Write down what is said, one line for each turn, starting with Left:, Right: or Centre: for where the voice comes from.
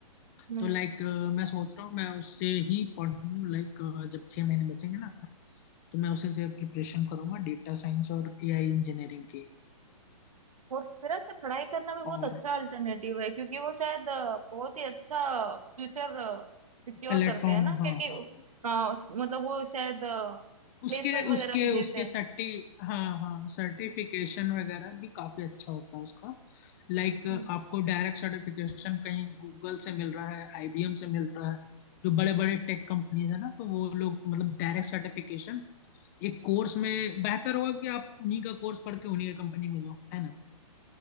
Right: हम्म
Left: तो लाइक मैं सोच रहा हूँ मैं उससे ही पढ़ूँ लाइक जब छह महीने बचेंगे ना तो मैं उसे से प्रिपरेशन करूंगा डेटा साइंस और एआई इंजीनियरिंग की
Right: और मेरा से पढ़ाई करना भी बहुत
Left: और
Right: अच्छा अल्टरनेटिव है क्योंकि वो शायद अ, बहुत ही अच्छा फ्यूचर सिक्योर
Left: प्लेटफॉर्म
Right: करते हैं ना
Left: हाँ हाँ
Right: क्योंकि
Left: हाँ
Right: अ, मतलब वो शायद
Left: उसके
Right: प्लेसमेंट वगैरह
Left: उसके
Right: भी
Left: उसके
Right: देते
Left: सर्टी हाँ हाँ सर्टिफिकेशन वगैरह भी काफी अच्छा होता है उसका लाइक
Right: हैं
Left: आपको डायरेक्ट सर्टिफिकेशन कहीं गूगल से मिल रहा है आईबीएम से मिल रहा है जो बड़े बड़े टेक कंपनीज है ना तो वो लोग मतलब डायरेक्ट सर्टिफिकेशन एक कोर्स में बेहतर होगा कि आप उन्हीं का कोर्स पढ़ के उन्हीं का कंपनी में जाओ है ना